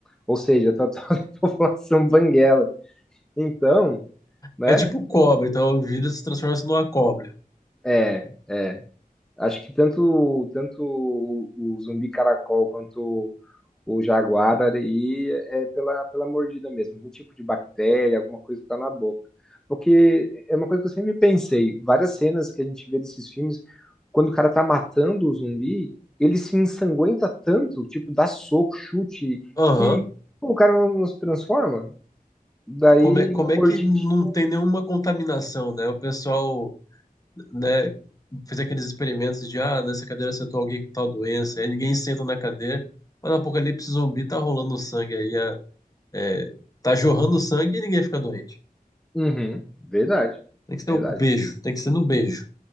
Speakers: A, in the centre; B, on the left.
A: Ou seja, tá <laughs> toda a população banguela. Então, né?
B: É tipo cobra, então o vírus se transforma-se numa cobra.
A: É, é. Acho que tanto, tanto o, o zumbi caracol quanto o Jaguar e é pela, pela mordida mesmo, algum tipo de bactéria, alguma coisa que tá na boca. Porque é uma coisa que eu sempre pensei, várias cenas que a gente vê desses filmes, quando o cara tá matando o zumbi, ele se ensanguenta tanto, tipo, dá soco, chute,
B: Aham.
A: que pô, o cara não, não se transforma. Daí,
B: Como é, como
A: uma
B: é
A: mordidinha.
B: que não tem nenhuma contaminação, né? O pessoal, né, fez aqueles experimentos de, ah, nessa cadeira sentou alguém com tal doença, aí ninguém senta na cadeira, mas no apocalipse zumbi tá rolando sangue aí, é, é, tá jorrando sangue e ninguém fica doente.
A: Uhum, verdade,
B: Tem que ser
A: verdade.
B: o beijo, tem que ser no beijo.